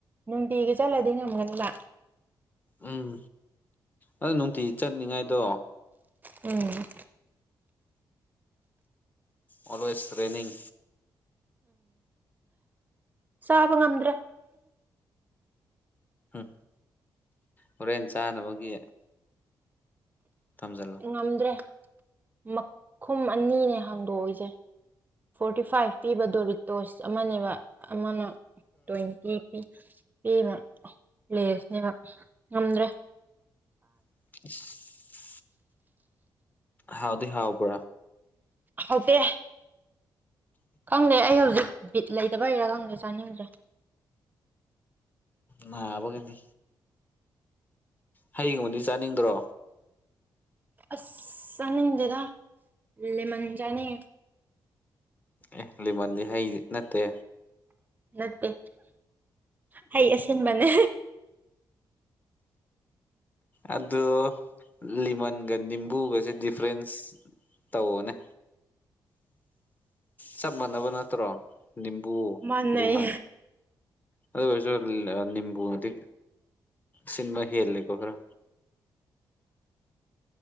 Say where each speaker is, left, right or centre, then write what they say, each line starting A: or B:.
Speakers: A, on the right; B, on the left.
A: ꯅꯨꯡꯇꯤꯒꯤ ꯆꯠꯂꯗꯤ ꯉꯝꯒꯅꯤꯗ
B: ꯎꯝ ꯑꯗꯣ ꯅꯨꯡꯇꯤ ꯆꯠꯅꯤꯡꯉꯥꯏꯗꯣ
A: ꯎꯝ
B: ꯑꯣꯜꯋꯦꯁ ꯇ꯭ꯔꯦꯅꯤꯡ
A: ꯁꯥꯕ ꯉꯝꯗ꯭ꯔꯥ
B: ꯎꯝ ꯍꯣꯔꯦꯟ ꯆꯥꯅꯕꯒꯤ ꯊꯝꯖꯤꯜꯂꯣ
A: ꯉꯝꯗ꯭ꯔꯦ ꯃꯈꯨꯝ ꯑꯅꯤꯅꯦ ꯍꯥꯡꯗꯣꯛꯏꯁꯦ ꯐꯣꯔꯇꯤ ꯐꯥꯏꯚ ꯄꯤꯕ ꯗꯣꯔꯤꯇꯣꯁ ꯑꯃꯅꯦꯕ ꯑꯃꯅ ꯇ꯭ꯋꯦꯟꯇꯤ ꯄꯤ ꯄꯤꯕ ꯄ꯭ꯂꯦꯁꯅꯦꯕ ꯉꯝꯗ꯭ꯔꯦ
B: <unintelligible> <inaudible> ꯍꯥꯎꯗꯤ ꯍꯥꯎ ꯄꯨ
A: ꯍꯄꯦ ꯈꯪꯗꯦ ꯑꯩ ꯍꯧꯖꯤꯛ ꯕꯤꯠ ꯂꯩꯇꯕ ꯍꯔꯥ ꯈꯪꯗ꯭ꯔꯦ ꯆꯥꯅꯤꯡꯗ꯭ꯔꯦ
B: ꯉꯕ ꯀꯗꯤ ꯍꯌꯦꯡꯕꯨꯗꯤ ꯆꯥꯅꯤꯡꯗ꯭ꯔꯣ
A: ꯑꯁ ꯆꯅꯤꯡꯗꯦꯗ ꯂꯦꯃꯟ ꯆꯅꯤ
B: ꯑꯦ ꯂꯤꯃꯟꯗꯤ ꯍꯩꯗꯤ ꯅꯠꯇꯦ
A: ꯅꯠꯇꯦ ꯍꯩ ꯑꯁꯤ ꯑꯁꯤꯟꯕꯅꯦ
B: ꯑꯗꯨꯗ ꯂꯤꯃꯟꯒ ꯅꯤꯝꯕꯨꯒꯁꯦ ꯗꯤꯐ꯭ꯔꯦꯟꯁ ꯇꯧꯑꯣꯅꯦ ꯆꯞ ꯃꯥꯟꯅꯕ ꯅꯠꯇ꯭ꯔꯣ ꯅꯤꯝꯝꯕꯕꯨ
A: ꯃꯥꯟꯅꯩ
B: ꯂꯤꯃꯟ ꯑꯗ ꯀꯁ ꯅꯤꯝꯕꯨꯃꯗꯤ ꯁꯤꯃꯥ ꯍꯤꯦꯜꯂꯀꯣꯈ꯭ꯔꯥ